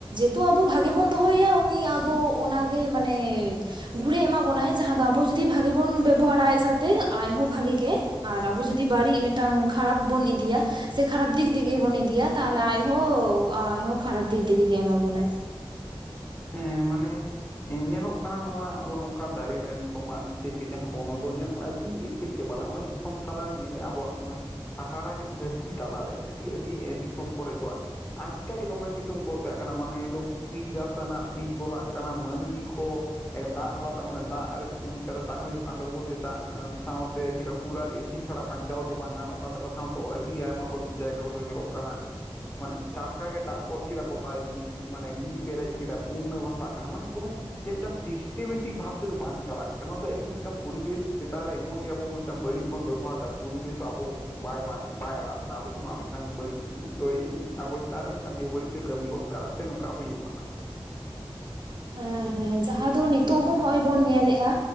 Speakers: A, on the right; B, on the left.
A: ᱛᱚ ᱟᱵᱚ ᱵᱷᱟᱹᱜᱤ ᱵᱚᱱ ᱫᱚᱦᱚᱭᱮᱭᱟ ᱩᱱᱤ ᱟᱵᱚ ᱚᱱᱟ ᱜᱮ ᱢᱟᱱᱮ ᱜᱷᱩᱨᱮ ᱮᱢᱟ ᱵᱚᱱᱟᱭ ᱡᱟᱦᱟᱸ ᱫᱚ ᱟᱵᱚ ᱡᱩᱫᱤ ᱵᱷᱟᱜᱤ ᱵᱚᱱ ᱵᱮᱵᱚᱦᱟᱨᱟ ᱟᱡ ᱥᱟᱶᱛᱮ ᱟᱡ ᱦᱚᱸ ᱵᱷᱟᱜᱤ ᱜᱮ ᱟᱨ ᱟᱵᱚ ᱡᱩᱚᱫᱤ ᱵᱟᱹᱲᱤᱡ ᱢᱤᱫᱴᱟᱝ ᱠᱷᱟᱨᱟᱯ ᱵᱚᱱ ᱤᱫᱤᱭᱟ ᱥᱮ ᱠᱷᱟᱨᱟᱯ ᱫᱤᱠ ᱫᱤᱜᱤᱭᱟ ᱵᱚᱱ ᱤᱫᱤᱭᱟ ᱛᱟᱦᱚᱞᱮ ᱟᱭᱦᱳ ᱟᱭᱦᱳ ᱠᱷᱟᱨᱯ ᱫᱤᱠ ᱫᱤᱜᱤ ᱜᱮ ᱮᱢᱟ ᱵᱚᱱᱟᱭ᱾
B: ᱦᱮᱸ ᱢᱟᱱᱮ ᱧᱮᱞᱚᱜ ᱠᱟᱱᱟ ᱱᱚᱣᱟ ᱟᱵᱚ ᱱᱚᱝᱠᱟ ᱫᱟᱨᱮ ᱱᱟᱹᱲᱤ ᱠᱚ ᱢᱟᱜ ᱠᱷᱟᱹᱛᱤᱨ ᱜᱮ ᱡᱟᱦᱟᱸ ᱚᱱᱚᱫᱚᱞ ᱧᱮᱞᱚᱜ ᱠᱟᱱᱟ ᱟᱹᱰᱤ ᱴᱷᱤᱠ ᱴᱮ ᱯᱟᱲᱟ ᱱᱚᱜᱼᱚᱭ ᱫᱤᱥᱚᱢ ᱛᱟᱞᱟᱨᱮ ᱧᱮᱞᱮᱜᱼᱟ ᱟᱵᱚᱣᱟᱜ ᱱᱚᱣᱟ ᱦᱟᱦᱟᱲᱟ ᱜᱮ ᱫᱷᱟᱹᱨᱛᱤ ᱛᱟᱞᱟᱨᱮ ᱟᱹᱰᱤ ᱟᱹᱰᱤ ᱫᱤᱥᱚᱢ ᱠᱚᱨᱮ ᱫᱚ ᱟᱪᱠᱟᱜᱮ ᱫᱚᱢᱮ ᱥᱤᱛᱩᱝ ᱜᱚᱫᱠᱟᱜ ᱠᱟᱱᱟ ᱢᱟᱱ ᱫᱚ ᱯᱤᱫᱟ ᱚᱱᱟ ᱯᱤᱪ ᱜᱚᱞᱟᱜ ᱠᱟᱱᱟ ᱢᱟᱹᱱᱢᱤ ᱠᱚ ᱫᱟᱜ ᱵᱟᱠᱚ ᱢᱟᱱᱮ ᱫᱟᱜ ᱨᱮ ᱨᱩᱭ ᱠᱟᱫᱟ ᱛᱟᱦᱮᱸ ᱦᱩᱭᱩᱜ ᱠᱟᱱ ᱛᱟᱵᱚᱱᱟ ᱡᱮ ᱫᱟᱜ ᱥᱟᱶᱛᱮ ᱪᱮᱠᱟ ᱠᱩᱞᱟᱨ ᱮᱥᱤ ᱪᱷᱟᱲᱟ ᱵᱟᱧᱪᱟᱣ ᱜᱮ ᱵᱟᱝ ᱜᱟᱱᱚᱜ ᱠᱚᱱ ᱛᱟᱠᱚ ᱥᱟᱶᱛᱚ ᱟᱹᱰᱤ ᱟᱭᱢᱟ ᱠᱚᱨᱮ ᱡᱟᱭᱜᱟ ᱠᱚᱫᱚ ᱧᱮᱞᱚᱜ ᱠᱟᱱᱟ ᱾ ᱢᱟᱱᱮ ᱴᱟᱴᱠᱟ ᱜᱮ ᱫᱟᱜ ᱜᱚᱫ ᱠᱮᱫᱟ ᱠᱚᱴᱟᱭ ᱞᱤᱸᱜᱤ ᱢᱟᱱᱮ ᱞᱤᱸᱜᱤ ᱯᱮᱨᱮᱡ ᱪᱮᱫᱟ ᱵᱩᱨᱱᱟ ᱵᱷᱟᱥᱟᱜ ᱠᱟᱱᱟ ᱢᱟᱱᱮ ᱠᱳᱱᱳ ᱡᱮ ᱢᱤᱫᱴᱟᱝ ᱥᱤᱥᱴᱮᱵᱮᱴᱤᱠ ᱵᱷᱟᱵᱽ ᱛᱮᱫᱚ ᱵᱟᱝ ᱪᱟᱞᱟᱜ ᱚᱱᱟᱛᱮ ᱟᱹᱰᱤ ᱢᱤᱫᱴᱟᱝ ᱯᱚᱨᱤᱵᱮᱥ ᱪᱮᱛᱟᱱ ᱨᱮ ᱮᱢᱚᱱ ᱜᱮ ᱟᱵᱚ ᱢᱤᱫᱴᱟᱝ ᱵᱟᱹᱲᱤᱡ ᱵᱚᱱ ᱵᱮᱵᱚᱦᱟᱨᱫᱟ ᱯᱚᱨᱤᱵᱮᱥ ᱦᱚᱸ ᱟᱵᱚ ᱵᱟᱭ ᱵᱟᱭ ᱵᱟᱭ ᱟᱲᱟᱜ ᱵᱚᱱᱟ ᱟᱵᱚ ᱦᱚᱸ ᱱᱚᱣᱟ ᱢᱤᱫᱴᱟᱝ ᱵᱟᱹᱲᱤᱡ ᱫᱚᱭ ᱟᱵᱚ ᱪᱮᱛᱟᱱ ᱨᱮ ᱢᱤᱫᱴᱟᱝ ᱵᱮᱵᱟᱹᱲᱤᱡ ᱛᱮ ᱠᱟᱹᱢᱤ ᱜᱚᱫ ᱠᱟᱜᱼᱟ ᱥᱮ ᱱᱚᱝᱠᱟ ᱦᱩᱭᱩᱜ ᱠᱟᱱᱟ
A: ᱦᱮᱸ ᱦᱮᱸ ᱡᱟᱦᱟᱸ ᱫᱚ ᱱᱤᱛᱚᱜ ᱦᱚᱸ ᱦᱚᱜ ᱚᱚᱭ ᱵᱚᱱ ᱧᱮᱞᱮᱼᱟ